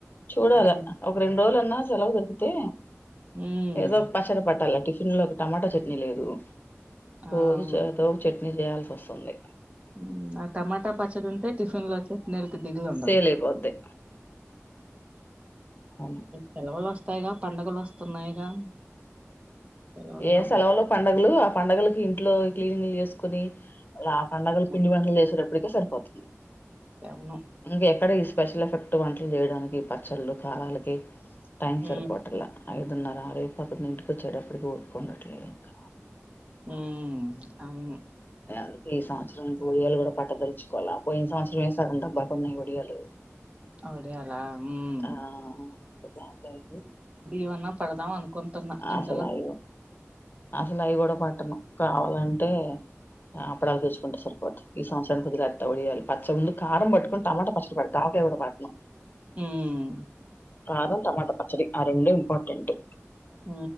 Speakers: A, on the left; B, on the right.
A: చూడాలా
B: అవును
A: ఒక రెండు రోజులు అన్ న సెలవు దొరుకుతే
B: ఉమ్,
A: ఏదో పచ్చడ పట్టాల టి ఫీన్లోకి టమాటా చట్నీ లేదు
B: అవును
A: రోజు చ రోజు చట్నీ చెయ్యాల్ సోస్ స్తుంది
B: హు ఆ టమాటా పచ్చడి ఉంటే టిఫిన్ లో చట్నీ ల్ దిగులు ఉండదు
A: సేల్ అయిపోద్ది అవును
B: తెం వాల్ తాయిగా పండుగలు వస్తున్నాయిగా సెలవుల్లో
A: ఏ సెలవులో పండగలు ఆ పండుగలకి ఇంట్లో క్లీనింగ్ లు చేస్ కుని ఆ పండగలు
B: పట్టించుకుంటే
A: పిడివంటలు చేసే టప్పటిక్ సరిపోత
B: అవును
A: ఇంకెక్కడ ఈ స్పెషల్ ఎఫెక్ట్ పుట్టు వంటలు చేయడానికి పచ్చళ్ళు కారాలకి టైం
B: మ్మ్
A: సరిపోట్లా అయి అన్నార రేపు పొద్దునే ఇంటికి వచ్చేటప్పటికి కుండట్లేదు ఇంకా
B: హమ్ అవును
A: అందుకే ఈ సంవత్సరం ఒడియాలు కూడా పట్టదలుచుకోవాల పోయిన సంవత్సరం వేసారంట బాగుఉన్నాయి ఒడియాలు
B: అవడే అలా ఉమ్
A: ఆ ఇంక చాలులే అవి.
B: ఇవన్నా పడదాం అను కొంటన్నా ఎంతలో
A: అసలు అయి అసలు అయి కూడా పట్టను కావాలంటే అప్పడాలు తెచ్చుకుంటే సరిపోది ఈ సంవత్సరానికి వదిలేత్త వడియాలు పచ్చడి ఉంది కారం పట్టుకొని టమాట పచ్చడి పడుతా ఆవికాయ కూడా పట్టను
B: మ్మ్
A: కారం టమాట ప సరీ ఆ రెండు ఇంపార్టెంటే
B: హ